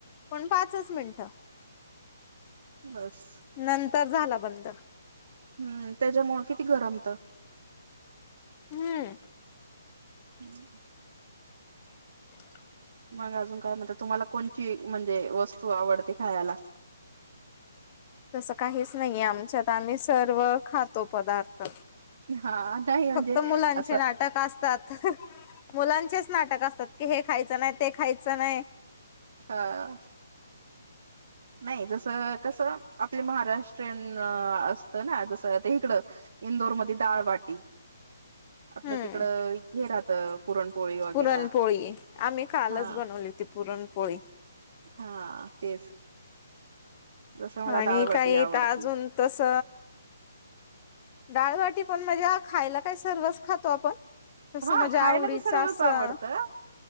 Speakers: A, on the left; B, on the right.
A: पण पाचच मिनिटं.
B: बस.
A: नंतर झाला बंद.
B: हम्म. त्याच्यामुळ किती गरम होत.
A: हम्म.
B: <unintelligible>
A: <unintelligible>
B: मग अजून काय म्हणता तुम्हाला कोणची म्हणजे वस्तू आवडते खायला?
A: तसं काहीच नाहीेये आमच्यात आम्ही सर्व खातो पदार्थ.
B: हा नाही म्हणजे
A: फक्त मुलांचे
B: असं
A: नाटक असतात. मुलांचेच नाटक असतात की हे खायचं नाही ते खायचं नाही.
B: हा नाही जसं कसं आपली महाराष्ट्रीयन असतं ना जसं ते इकडं इंदोरमध्ये डाळबाटी, आपल्या
A: हम्म
B: तिकड हे राहत पुरणपोळी वगैरे,
A: पुरणपोळी आम्ही कालच
B: हा.
A: बनवली होती पुरणपोळी.
B: हा तेच. जसं मला
A: आणि
B: डाळबाटी
A: काय
B: आवडती
A: हिथ अजून तस डाळबाटी पण म्हणजे खायला काय सर्वच खातो आपण तस
B: हा
A: माज्या
B: खायला
A: आवडीच
B: तर सर्वच
A: असं,
B: आवडतं